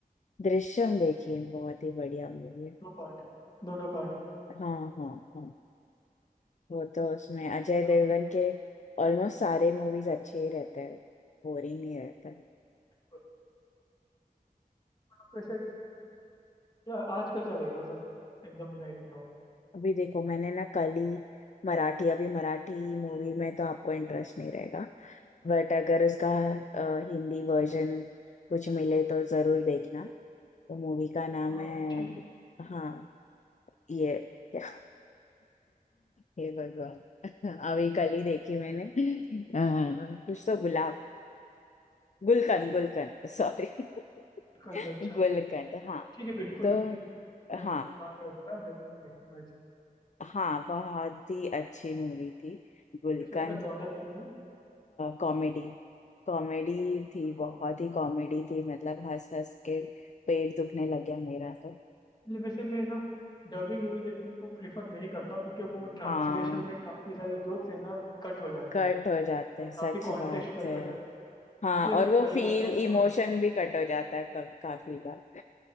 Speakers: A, on the left (about 50°); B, on the left (about 30°).
A: दृश्यम देखिए बहुत ही बढ़िया मूवी है
B: दोनों पार्ट दोनों पार्ट
A: हाँ हाँ हाँ वो तो उसमें
B: एकदम
A: अजय
B: काफी
A: देवगन के ऑलमोस्ट सारे मूवीज अच्छे ही रहते हैं बोरिंग नहीं रहता
B: बढ़िया। आप वैसे क्या आजकल क्या देख रहे हो मतलब एकदम नाइट नाउ
A: अभी देखो मैंने ना कल ही मराठी अभी मराठी मूवी में तो आपको इंटरेस्ट नहीं रहेगा बट अगर उसका अ, हिंदी वर्जन कुछ मिले तो जरूर देखना तो मूवी का नाम
B: हाँ
A: है
B: ठीक
A: हाँ ये <laughs> हे भगवान अभी कल ही देखी मैंने अह, कुछ तो गुलाब गुलकंद गुलकंद सॉरी
B: कंद
A: <laughs>
B: अच्छा
A: गुलकंद हाँ
B: ठीक है बिल्कुल
A: तो
B: मैं अपने
A: हाँ
B: दिमाग में रखूंगा जरूर मैं देखूंगा इसको
A: हाँ बहुत ही अच्छी मूवी थी गुलकंद
B: वैसे इसका जॉनर क्या है
A: कॉमेडी कॉमेडी थी बहुत
B: कॉमेडी
A: ही कॉमेडी थी मतलब हंस हंस के पेट दुखने लग गया मेरा तो
B: इसलिए वैसे मैं ना डबिंग मूवी देखने को प्रेफर नहीं करता हूँ क्योंकि वो ट्रांसलेशन
A: हाँ
B: में काफ़ी सारे जोक्स है ना कट हो जाते
A: कट
B: हैं
A: हो जाते
B: और
A: हैं सच
B: काफ़ी कॉन्टेक्स्ट
A: बात
B: कट
A: है
B: हो जाते हैं
A: हाँ
B: इसलिए
A: और
B: मैं
A: वो
B: ट्राई
A: फील
B: करता हूँ कि
A: इमोशन
B: और
A: भी कट हो जाता है कब काफी बार